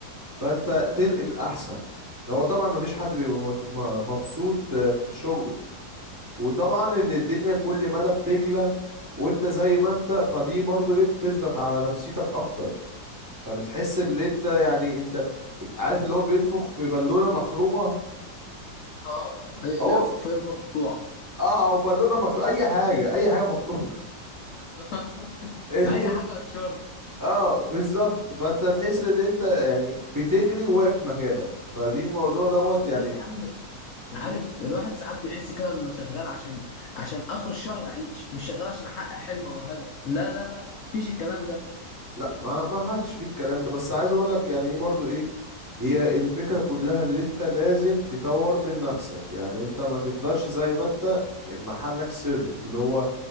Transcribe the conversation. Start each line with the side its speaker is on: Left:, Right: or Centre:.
Right: فانت تنقل احسن هو طبعا مفيش حد بيبقى مص- م- مبسوط آه، في شغله وطبعا ان الدنيا كل مدى بتغلى وانت زي ما انت فدي برضو ايه بتضغط على نفسيتك اكتر فبتحس ان انت يعني انت عارف اللي هو بينفخ في بالونه مخرومه
Left: اه إيه،
Right: او
Left: بينفخ في قربه مقطوع
Right: اه او بالونه مخرومه اي حاجه اي حاجه مخرومه
Left: <laughs>
Right: <laughs>
Left: اي حاجه هتشر
Right: اه بالظبط فانت تحس ان انت يعني بتجري واقف مكانك فدي موضوع دوت
Left: الواحد
Right: يعني
Left: يا عم عارف
Right: مم،
Left: الواحد ساعات بيحس كده انه شغال عشان عشان اخر الشهر اعيش مش شغال عشان احقق حلم او هدف لا لا لا مفيش الكلام ده
Right: لا ما ما عادش فيه الكلام ده بس عايز اقول لك يعني ايه برضو ايه هي الفكرة كلها اللي انت لازم تطور من نفسك يعني انت ما تفضلش زي ما انت محلك سر اللي هو